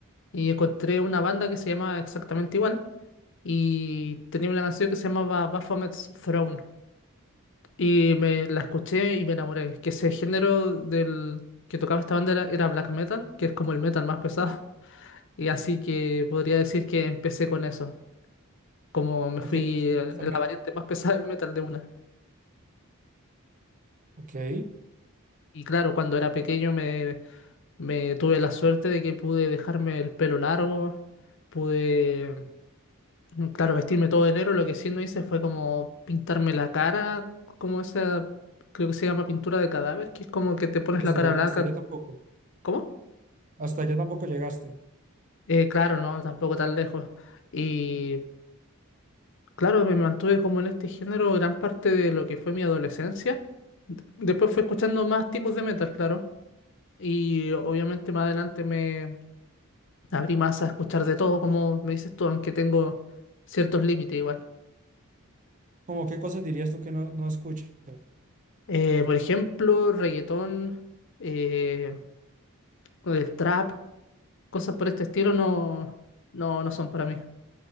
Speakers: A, on the left (about 55°); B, on the right (about 35°).
A: y encontré una banda que se llama exactamente igual y tenía una canción que se llamaba Baphomet's Throne y me la escuché y me enamoré, que ese género del que tocaba esta banda era, era black metal, que es como el metal más pesado <laughs> y así que podría decir que empecé con eso, como me
B: Ok,
A: fui
B: entonces,
A: eh,
B: ¿te gusta
A: en
B: el metal?
A: la variante más pesada del metal de una.
B: Ok, sí,
A: Y claro, cuando era pequeño me Me tuve la suerte de que pude dejarme el pelo largo, pude, mm, claro, vestirme todo de negro. Lo que sí no hice fue como pintarme la cara, como esa, creo que se llama pintura de cadáver, que es como que te pones
B: hasta
A: la cara
B: llega,
A: blanca.
B: hasta allá tampoco,
A: ¿Cómo?
B: hasta allá tampoco llegaste.
A: Eh, claro, no, tampoco tan lejos. Y claro, me mantuve como en este género gran parte de lo que fue mi adolescencia. D- Después fui escuchando más tipos de metal, claro. Y obviamente más adelante me abrí más a escuchar de todo, como me dices tú, aunque tengo ciertos límites igual.
B: Como qué cosas dirías tú que no, no escuchas?
A: Eh, por ejemplo, reggaetón, eh, el trap, cosas por este estilo no, no, no son para mí.